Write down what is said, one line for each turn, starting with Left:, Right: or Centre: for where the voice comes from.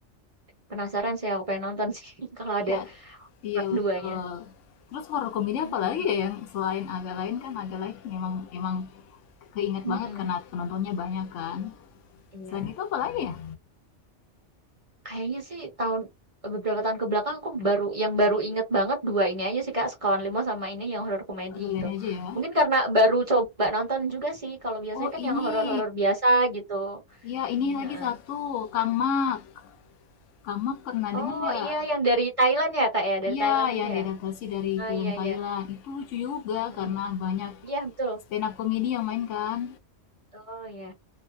Right: penasaran sih aku pengen nonton sih <laughs> kalau ada
Left: Iya, iya
Right: part
Left: betul.
Right: 2-nya.
Left: Terus horor komedi
Right: Mhm
Left: apa lagi ya yang selain agak lain kan agak lain memang emang keinget
Right: mhm,
Left: banget karena penontonnya banyak kan.
Right: iya.
Left: Selain itu apa lagi ya?
Right: Kayaknya sih tahun beberapa tahun ke belakang aku baru yang baru inget banget 2 ini aja sih, Kak, Sekawan lima sama ini yang horor komedi
Left: Agak
Right: gitu.
Left: lain aja ya.
Right: Mungkin karena baru coba nonton juga sih, kalau biasanya
Left: Oh ini
Right: kan yang horor-horor biasa gitu.
Left: Iya, ini
Right: Ini
Left: lagi
Right: heeh.
Left: satu, Kang Mak. Kang Mak pernah dengar
Right: Oh,
Left: nggak?
Right: iya yang dari Thailand ya, Kak, ya? Dari
Left: Iya,
Right: Thailand
Left: yang
Right: itu
Left: diadaptasi
Right: ya?
Left: dari
Right: Ah,
Left: film
Right: iya
Left: Thailand.
Right: iya.
Left: Itu lucu juga
Right: Mhm
Left: karena
Right: mhm.
Left: banyak
Right: Iya, betul.
Left: stand up comedy yang main kan.
Right: Oh ya,